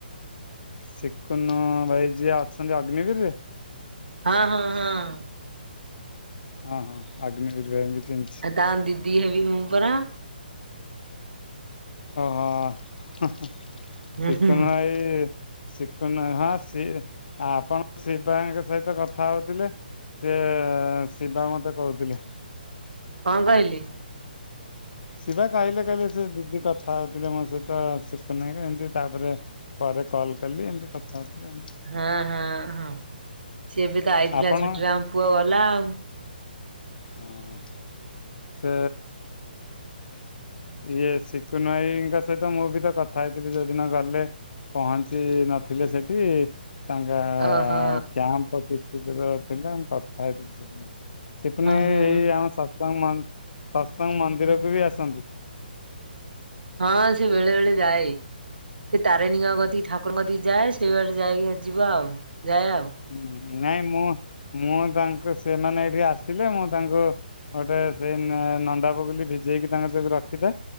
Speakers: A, on the left; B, on the right.
A: ସିକୁନୁ ଭାଇ ଯିଏ ଅଛନ୍ତି ଅଗ୍ନିବୀରରେ?
B: ହଁ ହଁ ହଁ।
A: ହଁ ହଁ। ଅଗ୍ନିବୀର୍ ଭାଇ ଙ୍କିି ଚିହ୍ନିଚି।
B: ଆଉ ତାଙ୍କ ଦିଦି ହେବି ମୁଁ ପରା।
A: ଓହୋ।
B: ହୁଁ
A: ସିକୁନୁ
B: ହୁଁ।
A: ଭାଇ ଶିକୁନୁ ଭାଇ ହଁ ସି ଆପଣ ଶିବଙ୍କ ସହିତ କଥା ହଉଥିଲେ ସେ ଶିବା ମୋତେ କହୁଥିଲେ।
B: କଣ କହିଲେ?
A: ଶିବା କହିଲେ କହିଲେ ସେ ଦିଦି କଥା ହଉଥିଲେ ମୋ ସହିତ ସିକୁନୁ ଭାଇ ଏମତି ତାପରେ ପରେ କଲ୍ କଲି ଏମତି କଥା ହଉଥିଲେ।
B: ହଁ ହଁ ହଁ। ସିଏ ବି ତ ଆଇଥିଲା
A: ଆପଣ
B: ଛୁଟିରେ ଆମ ପୁଅ ଗଲା ଆଉ।
A: ହଁ। ସେ ଇଏ ଶିକୁନ ଭାଇଙ୍କ ସହିତ ମୁଁ ବି ତ କଥା ହେଇଥିଲି ଯୋଉଦିନ ଗଲେ। ପହଞ୍ଚି ନଥିଲେ ସେଠି। ତାଙ୍କ
B: ଓହୋ
A: କ୍ୟାମ୍ପ କିଛି ଦୂର ଥିଲା ମୁ କଥା ହେଇଥିଲି ସେଦିନ। ସେପୁଣି
B: ଉ ହୁଁ
A: ଏଇ ଆମ ସତ୍ସଙ୍ଗ ମନ ସତ୍ସଙ୍ଗ ମନ୍ଦିରକୁ ବି ଆସନ୍ତି।
B: ହଁ ସେ ବେଳେ ବେଳେ ଯାଏ। ସେ ତାରିଣୀଙ୍କ କତି ଠାକୁରଙ୍କତି ଯାଏ। ସେଇ ବାଟ ଯାଇକି ଯିବା ଆଉ ଯାଏ ଆଉ।
A: ହୁ ହୁଁ ହୁଁ। ନାଇଁ ମୁଁ, ମୁଁ ତାଙ୍କୁ ସେମାନେ ଏଇଠି ଆସିଲେ ମୁଁ ତାଙ୍କୁ ଗୋଟେ ସେଇ ନ ନନ୍ଦା ବଗୁଲି ଭିଜେଇକି ତାଙ୍କର ଯ ରଖିଥା।